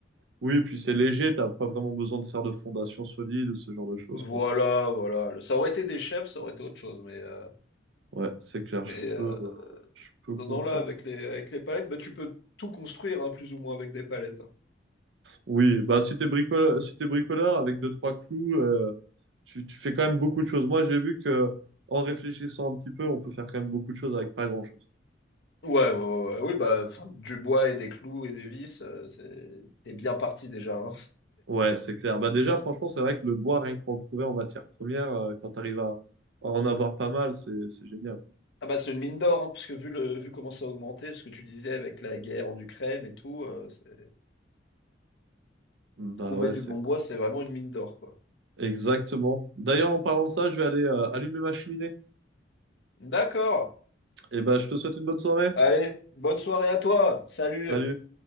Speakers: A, on the right (about 70°); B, on the left (about 65°).
A: Oui, puis c'est léger, t'as pas vraiment besoin de faire de fondation solide ou ce genre de choses,
B: Voilà,
A: quoi.
B: voilà, ça aurait été des chefs, ça aurait été autre chose, mais heu,
A: Ouais, c'est clair,
B: mais
A: je
B: heu,
A: peux, euh, je peux comprendre.
B: non, non, là, avec les avec les palettes, bah, tu peux tout construire, hein, plus ou moins avec des palettes, hein.
A: Oui, bah si t'es bricoleur, si t'es bricoleur avec deux, trois clous, euh, tu, tu fais quand même beaucoup de choses. Moi, j'ai vu que en réfléchissant un petit peu, on peut faire quand même beaucoup de choses avec pas grand-chose.
B: Ouais, ouais, ouais, ouais, oui, bah, enfin, du bois et des clous et des vis, heu, c'est tu bien parti déjà, hein.
A: Ouais, c'est clair. Bah déjà, franchement, c'est vrai que le bois, rien que pour le trouver en matière première, euh, quand t'arrives à, à en avoir pas mal, c'est c'est génial.
B: Ah, bah, c'est une mine d'or, hein, puisque vu le vu comment ça a augmenté, ce que tu disais avec la guerre en Ukraine et tout, heu, c'est
A: Bah
B: trouver
A: ouais,
B: du
A: c'est
B: bon bois, c'est vraiment une mine d'or, quoi.
A: Exactement. D'ailleurs, en parlant de ça, je vais aller euh, allumer ma cheminée.
B: D'accord,
A: Et ben, je te souhaite une bonne soirée.
B: allez, bonne soirée à toi, salut!
A: Salut.